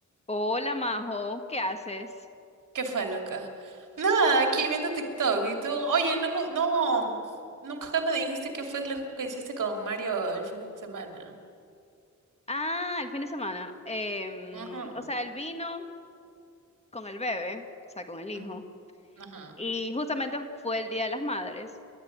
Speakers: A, on the left; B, on the right.
A: Hola Majo, ¿qué haces?
B: ¿Qué fue, loca? Nada, aquí viendo TikTok y tú, oye, no, no, nunca me dijiste qué fue lo que hiciste con Mario el fin de semana.
A: Ah, el fin de semana. em,
B: Ajá,
A: o sea, el vino con el bebé, o sea, con el hijo.
B: ujú, ajá,
A: Y justamente fue el Día de las Madres.